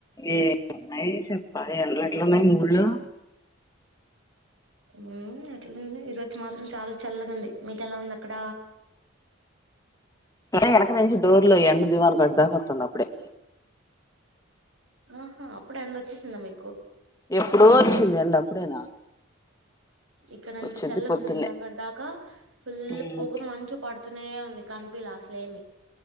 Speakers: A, on the left; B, on the right.
A: ఏ <unintelligible> ఉన్నాయ్ చెప్పాలి అన్ని ఎట్లున్నాయి ఊర్లో.
B: ఊమ్ ఎట్లున్నయ్ ఈ రోజు మాత్రం చాలా చల్లగుంది మీకెలా ఉంది అక్కడ
A: ఒసేయ్ ఎనక నుంచి డోర్లు ఎండ దీవనకాటుదాక ఒత్తాంది అప్పుడే.
B: ఊహు అప్పుడే ఎండ ఒచ్చేసింద మీ
A: ఎప్పుడో వచ్చింది ఎండ అప్పుడేనా
B: ఇక్కడ అంత
A: వచ్చిద్ది
B: చల్లగుంది
A: పొద్దున్నే
B: ఇందాకడ్ దాకా ఫుల్ల్
A: ఉమ్
B: పొగ మంచు పడుతునే ఉంది. కనిపియాల అసలేమి